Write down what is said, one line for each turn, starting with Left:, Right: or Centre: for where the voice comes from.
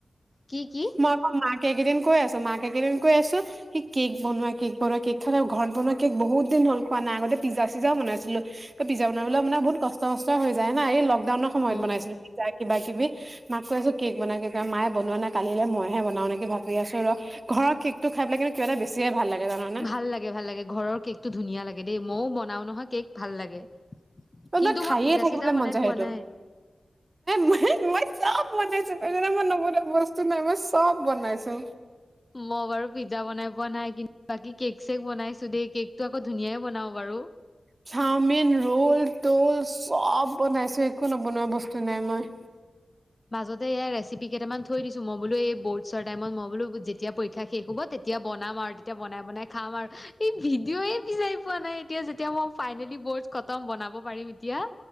Left: কি কি
Right: ।মই আকৌ মাক কেইকেইদিন কৈ আছো মাকেই কেইদিন কৈ আছো ।সি কেক বনোৱা কেক বনোৱা কেক থ ঘৰত বনোৱা কেক বহুত দ হল খোৱা নাই। আগতে পিজা চিজা বনাইছিলো পিজ্জা বনাবলৈ মানে বহুত কষ্ট কষ্ট হৈ যায় না এই লকডাউন। সময়ত বনাইছিলো।
Left: অ
Right: কিবা কিবি মাক কৈ আছো ।কেক বনাই কে ক মায়ে বনোৱা না কালিলে মইহে বনাও নেকি ভাবি আছো ।ৰ ঘৰ কেকটো খাইপেলাই কিন্তু কিবা এটা বেছিয়ে ভাল লাগে। জানানে
Left: ভাল লাগে ভাল লাগে ঘৰৰ কেক টো ধুনীয়া লাগে দেই মইও বনাও নহয় কেক ভাল লাগে। কিন্তু
Right: তই খাইে
Left: মই পিজ্জা
Right: থাকিবলে
Left: চিজ্জা বনাই
Right: মন যায়
Left: পোৱা
Right: সেইটো
Left: নাই
Right: মই। বনাইছো এইজ মই নবনোৱা বস্তু নাই মই চব বনাইছো।
Left: মই বাৰু পিজ্জা বনাই পোৱা নাই ।কিন্তু বাকী কেক চেক বনাইছো দেই কেকটো আকৌ ধুনাই বনাও বাৰু।
Right: চাওমিন ৰোল তল চব বনাইছো একো নবনোৱা বস্তু নাই মই।
Left: মাজতে এয়া ৰেচিপি। কেইটামান থৈ দিছো মই বোলো এই বৰ্ড। চটাইমত মইবলো। যেতিয়া পৰীক্ষা শেষ হব তেতিয়া বনাম আৰু তেতিয়া বনাই বনাই খাম আৰু এই ভিডিঅ'য় বিছাৰি পোৱা নাই এতিয়া। তেওঁৱ। ফাইনেলি বৰ্ খতম বনাব। পাৰিম এতিয়া।